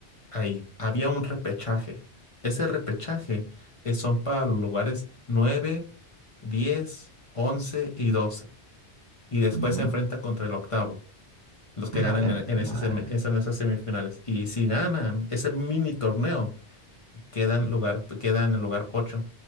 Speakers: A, on the left; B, on the right.
A: ahí. Había un repechaje. Ese repechaje es- son para los lugares 9, 10, 11 y 12. Y después
B: ujú.
A: se enfrenta contra el octavo, los que ganan
B: Vale,
A: en, en ese
B: vale,
A: semi- es- en esas semifinales. Y si ganan ese mini torneo, quedan en lugar, queda en el lugar 8.